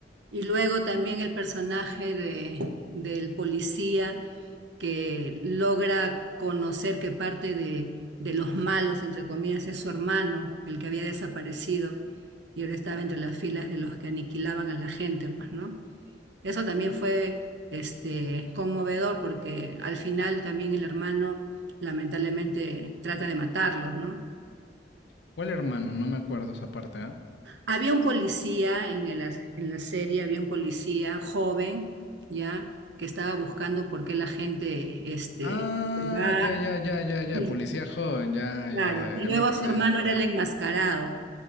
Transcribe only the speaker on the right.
Y luego también el personaje de, del policía que logra conocer que parte de, de los malos, entre comillas, es su hermano, el que había desaparecido y ahora estaba entre las filas de los que aniquilaban a la gente, pues, ¿no? Eso también fue este, conmovedor porque al final también el hermano lamentablemente trata de matarlos, ¿no?
Había un policía en, el, en la serie, había un policía joven, ¿ya? que estaba buscando por qué la gente este,
va
y,
Claro,
y
luego
su hermano
era el enmascarado.